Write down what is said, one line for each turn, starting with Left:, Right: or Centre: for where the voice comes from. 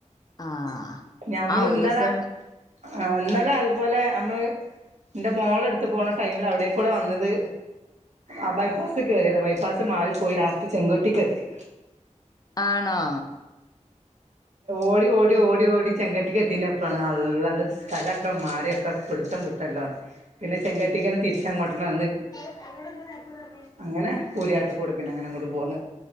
Left: ആഹ്
Right: ഞമ്മള്
Left: ആ ഒരുസം
Right: ന്നലെ ആ ഇന്നലെ അതുപോലെ അമ്മള് ന്റെ മോള അട്ത്ത് പോണ ടൈമില് അവടേക്കൂടെ വന്നത് ആഹ് ബൈപ്പാസ് കേറിയതാ ബൈപ്പാസ് മാറിപ്പോയി ലാസ്റ്റ് ചെങ്കോട്ടിക്ക് എത്തി.
Left: ആണോ?
Right: ഓടി ഓടി ഓടി ഓടി ചെങ്കട്ടികത്തീന്റെ അപ്രാണ് ആ ള്ളത്. സ്ഥലൊക്കെ മാറിയൊക്കെ പിട്ത്തം വ്ട്ടല്ലോ പിന്നെ ചെങ്കട്ടിക്കന്നെ തിരിച്ചങ്ങോട്ടന്നെ വന്ന്
Left: ഏഹ് അന്നോട് എന്താ നേര്ത്തെ പർഞ്
Right: അങ്ങനെ കൂരിയാട്ട് കൂടെ പിന്നെ അങ്ങനെ അങ്ങോട്ട് പോന്ന്.